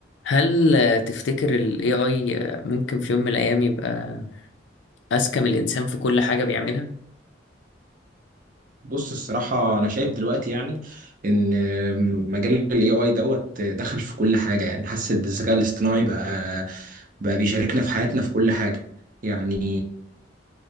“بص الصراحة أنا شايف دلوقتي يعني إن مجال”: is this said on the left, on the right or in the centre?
Right